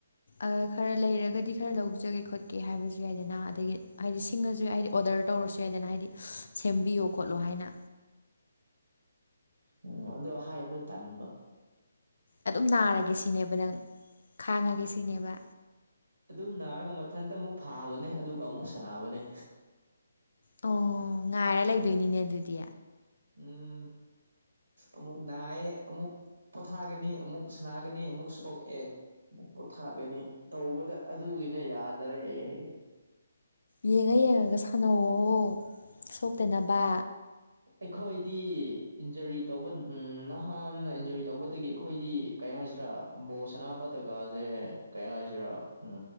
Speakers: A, on the left; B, on the right.
A: ꯑ ꯈꯔ ꯂꯩꯔꯒꯗꯤ ꯈꯔ ꯂꯧꯖꯒꯦ ꯈꯣꯠꯀꯦ ꯍꯥꯏꯕꯁꯨ ꯌꯥꯏꯗꯅ ꯑꯗꯒꯤ ꯍꯥꯏꯗꯤ ꯁꯤꯡꯉꯁꯨ ꯍꯥꯏꯗꯤ ꯑꯣꯗꯔ ꯇꯧꯔꯁꯨ ꯌꯥꯏꯗꯅ ꯍꯥꯏꯗꯤ ꯁꯦꯝꯕꯤꯌꯣ ꯈꯣꯠꯂꯣ ꯍꯥꯏꯅ꯫
B: ꯎꯝ ꯑꯗꯣ ꯍꯥꯏꯕꯗꯣ ꯇꯟꯕ꯫
A: ꯑꯗꯨꯝ ꯅꯥꯔꯒꯦ ꯁꯤꯅꯦꯕ ꯅꯪ ꯈꯥꯡꯉꯒꯦ ꯁꯤꯅꯦꯕ꯫
B: ꯑꯗꯨꯝ ꯅꯥꯔꯒ ꯃꯊꯟꯇ ꯑꯃꯨꯛ ꯐꯥꯕꯅꯦ ꯑꯗꯨꯒ ꯑꯃꯨꯛ ꯁꯥꯟꯅꯕꯅꯦ꯫
A: ꯑꯣꯑꯣ ꯉꯥꯏꯔ ꯂꯩꯗꯣꯏꯅꯤꯅꯦ ꯑꯗꯨꯗꯤ꯫
B: ꯎꯝ ꯑꯝꯃꯨꯛ ꯅꯥꯏꯌꯦ ꯑꯝꯃꯨꯛ ꯄꯣꯊꯥꯒꯅꯤ ꯑꯃꯨꯛ ꯁꯥꯟꯅꯒꯅꯤ ꯑꯃꯨꯛ ꯁꯣꯛꯑꯦ ꯃꯨꯛꯀꯨꯠ꯫ ꯊꯥꯒꯅꯤ ꯇꯧꯕꯗ ꯑꯗꯨꯒꯤꯅꯦ ꯌꯥꯗꯔꯦ ꯍꯥꯏꯌꯦ꯫
A: ꯌꯦꯡꯉ ꯌꯦꯡꯉꯒ ꯁꯥꯟꯅꯧꯑꯣ ꯁꯣꯛꯇꯅꯕ꯫
B: ꯑꯩꯈꯣꯏꯗꯤ ꯏꯟꯖꯨꯔꯤ ꯇꯧꯕ ꯅꯍꯥꯅ ꯏꯟꯖꯨꯔꯤ ꯇꯧꯕꯗꯒꯤ ꯑꯩꯈꯣꯏꯗꯤ ꯀꯩ ꯍꯥꯏꯁꯤꯔꯥ ꯕꯣꯜ ꯁꯥꯟꯅꯕꯗꯒꯥꯁꯦ ꯀꯩ ꯍꯥꯏꯁꯤꯔꯥ ꯎꯝ